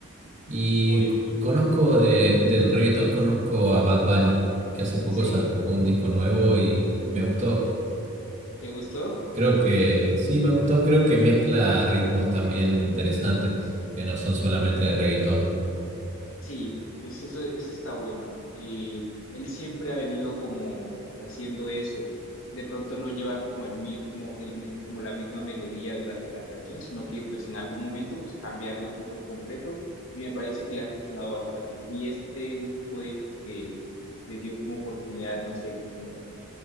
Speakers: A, on the right (about 30°); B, on the left (about 65°).
A: Y
B: O L.
A: c- conozco de, del reggaetón, conozco a Bad Bunny, que hace poco
B: Sí.
A: sacó un disco nuevo y me gustó.
B: ¿Te gustó?
A: Creo que sí, me gustó. Creo que mezcla ritmos también interesantes, que no son solamente de reggaetón.
B: Sí, pues eso, eso está bueno. Eh, él siempre ha venido como pues, haciendo eso. De pronto no llevar como el mismo, el, mi- como la misma melodía durante la canción, sino que pues en algún momento pues cambiarla así por completo. Y me parece que le ha funcionado bastante. Y este último disco que le dio como oportunidad, no sé, como